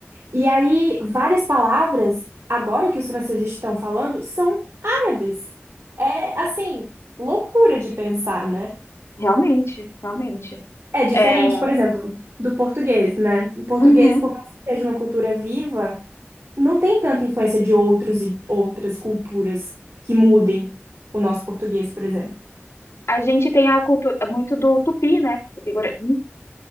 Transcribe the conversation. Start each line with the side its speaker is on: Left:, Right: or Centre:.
Right: E aí, várias palavras, agora que os franceses estão falando, são árabes. É, assim, loucura de pensar, né?
Left: realmente, realmente.
Right: É diferente,
Left: É,
Right: por exemplo, do português, né? O português,
Left: uhum.
Right: por mais que seja uma cultura viva, não tem tanta influência de outros e outras culturas que mudem o nosso português, por exemplo.
Left: A gente tem a cultura muito do tupi, né? Tupi-guarani.